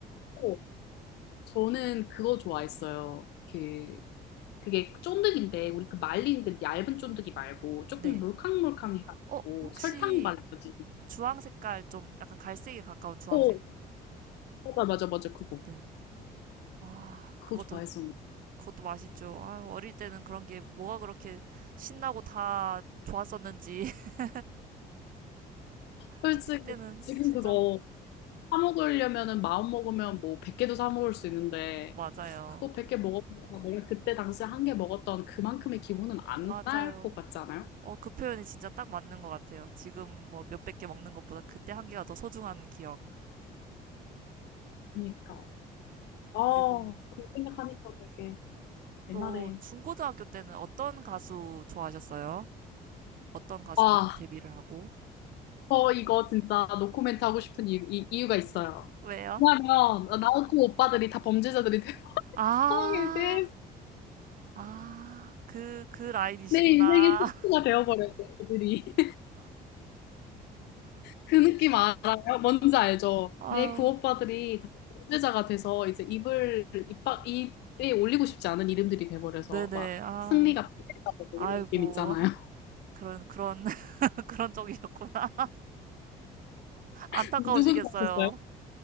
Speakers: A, on the left; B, on the right.
A: 어, 저는 그거 좋아했어요. 그, 그게 쫀득인데, 우리 그 말린 그 얇은 쫀득이 말고, 조금
B: 네.
A: 물캉물캉해가지고,
B: 어, 혹시
A: 설탕 발라진.
B: 주황 색깔 좀 약간 갈색에 가까운 주황색.
A: 어, 맞아, 맞아, 맞아, 그거.
B: 네. 아,
A: 그거
B: 그것도
A: 좋아했었는데.
B: 그것도 맛있죠. 아, 어릴 때는 그런 게 뭐가 그렇게 신나고 다 좋았었는지. <laughs>
A: 솔직히,
B: 초딩 때는
A: 지금
B: 진짜
A: 그거 사 먹으려면은 마음 먹으면 뭐 100개도 사 먹을 수 있는데
B: 맞아요.
A: 그거 100개 먹었다가 내가 그때 당시에 한 개 먹었던 그만큼의 기분은 안
B: 맞아요.
A: 날 것 같지 않아요?
B: 어, 그 표현이 진짜 딱 맞는 것 같아요. 지금 뭐 몇백 개 먹는 것보다 그때 한 개가 더 소중한 기억.
A: 그니까. 아,
B: 그리고
A: 그 생각하니까 되게
B: 또
A: 옛날에.
B: 중고등학교 때는 어떤 가수 좋아하셨어요? 어떤 가수들이
A: 아,
B: 데뷔를 하고?
A: 저 이거 진짜 노코멘트 하고 싶은 이유, 이, 이유가 있어요.
B: 왜요?
A: 왜냐면 나우토 오빠들이 다 범죄자들이 된 <laughs>
B: 아,
A: 상황에 대해
B: 아, 그, 그 라인이시구나.
A: 내 인생의 스포가
B: <laughs>
A: 되어버렸어요, 그들이. 그 느낌 알아요? 뭔지 알죠?
B: 아유,
A: 내 구오빠들이 다 범죄자가 돼서 이제 입을 입박 입에 올리고 싶지 않은 이름들이 돼버려서
B: 네네.
A: 막
B: 아,
A: 승리가 폭행다고
B: 아이고.
A: 이런 느낌 있잖아요.
B: 하- 그런, 그런, <laughs> 그런 쪽이셨구나. 안타까우시겠어요.
A: <laughs> 누구도 하셨어요?